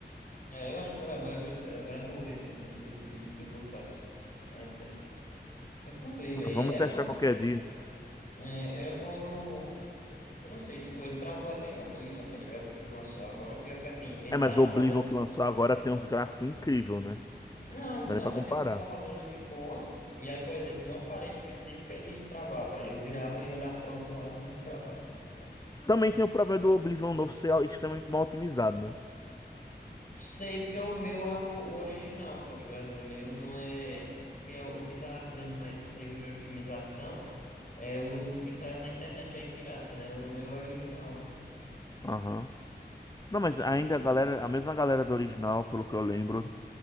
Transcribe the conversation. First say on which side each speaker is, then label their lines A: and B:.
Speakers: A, on the left; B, on the left.
A: É, eu acho que o Helldivers eh, vai morrer meu PC se, se eu botasse. Até. Inclusive, velho,
B: Ah, vamos
A: era
B: testar
A: bom,
B: qualquer dia.
A: eh, era bom eu. Eu Não sei, tipo, ele travou até em Oblivion, tá ligado? O que lançou agora. Pior que assim, ele
B: É, mas
A: tá
B: o Oblivion
A: rodando.
B: que lançou agora tem uns gráficos incríveis, né? Não
A: Não, então,
B: dá nem pra
A: mas
B: comparar.
A: ele tava rodando de boa. E aí, por exemplo, em uma parede específica ele travava. Aí eu virava e olhava pra outro lado e não travava.
B: Também tem o problema do Oblivion novo ser extremamente mal otimizado, né?
A: Sei, porque o meu é o o original, tá ligado? O meu não é. Porque é o que tá dando mais erro de otimização é os que saem na internet aí pirata, né? O meu é original.
B: Aham. Não, mas ainda
A: Aí.
B: a galera, a mesma galera do original, pelo que eu lembro,